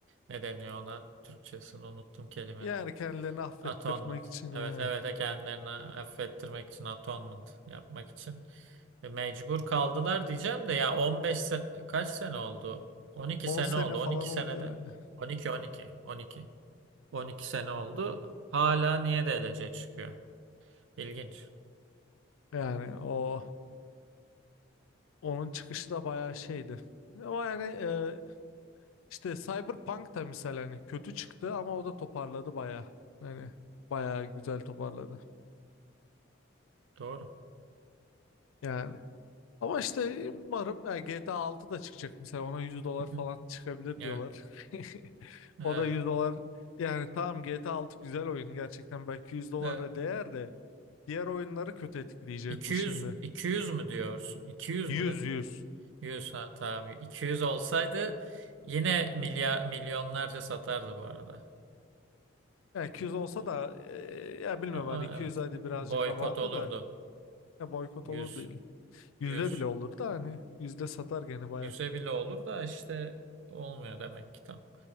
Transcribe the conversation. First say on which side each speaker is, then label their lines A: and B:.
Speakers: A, on the right; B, on the left.
A: ne deniyor ona Türkçesini unuttum kelimenin.
B: Yani kendilerini affettirmek
A: Atonement.
B: için
A: Evet
B: yani.
A: evet e, kendilerini affettirmek için atonement yapmak için E, mecbur kaldılar diyeceğim de ya 15 se kaç sene oldu? on iki
B: 10
A: sene
B: sene
A: oldu.
B: falan
A: on iki
B: oldu
A: senede
B: herhalde.
A: on on iki on iki on iki on iki sene oldu. Hala niye DLC çıkıyor? İlginç.
B: Yani o onun çıkışı da bayağı şeydi. Ama yani e, İşte Cyberpunk da misal hani kötü çıktı ama o da toparladı baya. Hani baya güzel toparladı.
A: Doğru.
B: Yani ama işte umarım yani GTA 6 da çıkacak mesela ona yüz dolar
A: Hı
B: falan
A: hı.
B: çıkabilir
A: Evet.
B: diyorlar. <laughs> O
A: Evet.
B: da yüz dolar yani tamam GTA 6 güzel oyun gerçekten belki yüz dolara
A: Evet.
B: değer de diğer oyunları kötü etkileyecek
A: 200
B: bu şimdi.
A: 200 mü diyorsun? 200
B: yüz
A: mü dedin?
B: 100.
A: 100 ha tamam. 200 olsaydı yine milyar milyonlarca satardı bu arada.
B: Yani yüz olsa
A: Ee,
B: da eee, ya bilmiyorum
A: Ama
B: hani 200
A: evet.
B: hadi birazcık
A: Bir boykot
B: abartı
A: olurdu.
B: da ya boykot
A: 100
B: olur değil. Yüzde
A: 100
B: bile olur da hani yüzde satar gene baya.
A: 100'e bile olur da işte olmuyor demek ki tam.